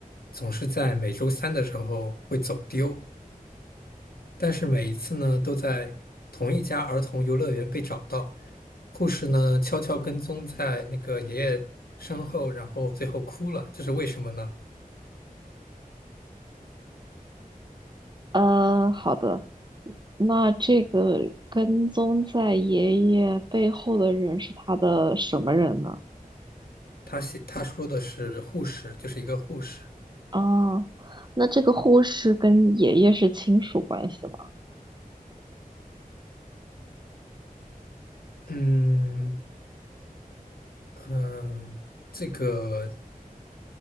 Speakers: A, on the left (about 85°); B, on the right (about 30°).
A: 总是在每周三的时候会走丢，但是每一次呢都在同一家儿童游乐园被找到。护士呢悄悄跟踪在那个爷爷身后，然后最后哭了，这是为什么呢？
B: 呃，好的，那这个跟踪在爷爷背后的人是他的什么人呢？
A: 他写他说的是护士，就是一个护士。
B: 啊，那这个护士跟爷爷是亲属关系吗？
A: 嗯嗯，这个